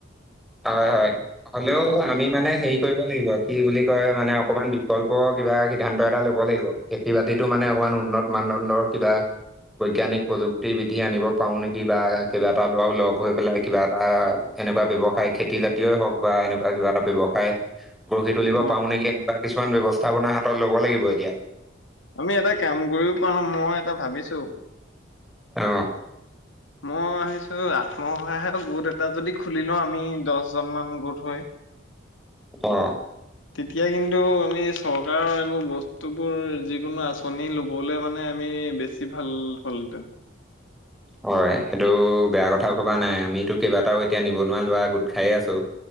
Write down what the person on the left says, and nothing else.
অ
আমি এটা কাম কৰিও পাওঁ মই এটা ভাবিছো।
মই ভাবিছোঁ আত্মসহায় গোট এটা যদি খুলি লওঁ আমি দহজন মান গোট হয়।
তেতিয়া কিন্তু আমি চৰকাৰৰ এইবোৰ বস্তুবোৰ যিকোনো আঁচনি ল'বলৈ মানে আমি বেছি বেছি ভাল হ'ল হেতেন।